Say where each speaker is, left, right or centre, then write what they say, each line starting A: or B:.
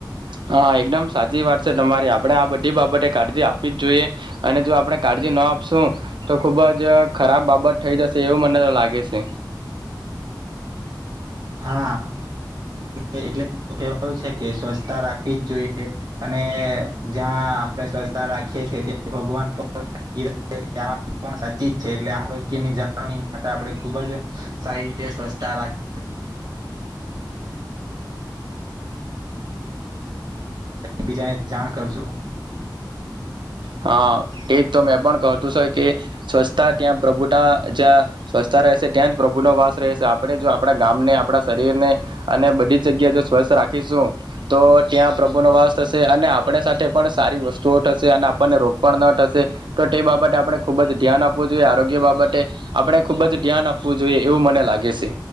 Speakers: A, on the right; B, on the right.
A: હા એકદમ સાચી વાત છે તમારી આપણે આ બધી બાબતે કાળજી આપવી જ જોઈએ, અને જો આપણે કાળજી ના આપશું, તો ખુબ જ ખરાબ બાબત થઈ જશે એવું મને તો લાગે છે.
B: હા એટલે કેવાયું છે કે સ્વચ્છતા રાખવી જ જોઈએ, અને જ્યાં આપણે સ્વચ્છતા રાખીએ છી ભગવાન પણ સાચી છે, એટલે આરોગ્ય ની જાળવણી માટે આપણે ખુબ જ સારી રીતે સ્વચ્છતા રાખી. વીજો બીજાને જાણ કરજો. <unintelligible>
A: હા એ જ તો મેં પણ કહતું છે કે, સ્વચ્છતા ત્યાં પ્રભુ ત જ્યાં સ્વચ્છતા રહેશે ત્યાં જ પ્રભુનો વાસ રહેશે આપણે જો આપણા ગામને આપણા શરીરને, અને બધી જ જગ્યાએ જો સ્વચસ્થ રાખીશું, તો ત્યાં પ્રભુનો વાસ થશે અને આપણે સાથે પણ સારી વસ્તુઓ થશે અને આપને રોગ પણ ના થશે, તો તે બાબતે આપણે ખુબ જ ધ્યાન આપવું જોઈએ આરોગ્ય બાબતે, આપણે ખુબ જ ધ્યાન આપવું જોઈએ એવું મને લાગે છે.